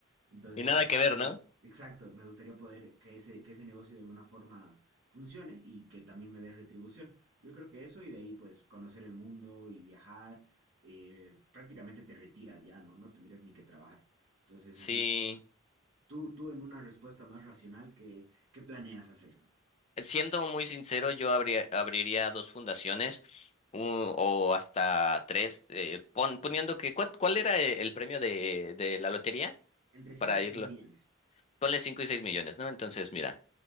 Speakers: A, on the right (about 65°); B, on the left (about 30°).
A: Entonces,
B: Y nada
A: me
B: que ver, ¿no?
A: gustaría- exacto, me gustaría poder que ese, que ese negocio de alguna forma funcione y que también me dé retribución. Yo creo que eso y de ahí, pues, conocer el mundo y viajar, eh, prácticamente te retiras ya, ¿no? No tendrías ni que trabajar. Entonces,
B: Sí.
A: así, tú, tú en una respuesta más racional, ¿qué, qué planeas hacer?
B: Siendo muy sincero, yo abri- abriría dos fundaciones u- o hasta tres, eh, pon- poniendo que... ¿cuál, cuál era eh, el premio de, de la lotería?
A: Entre 5
B: Para
A: y
B: irlo.
A: 6 millones.
B: Ponle cinco y seis millones, ¿no? Entonces, mira.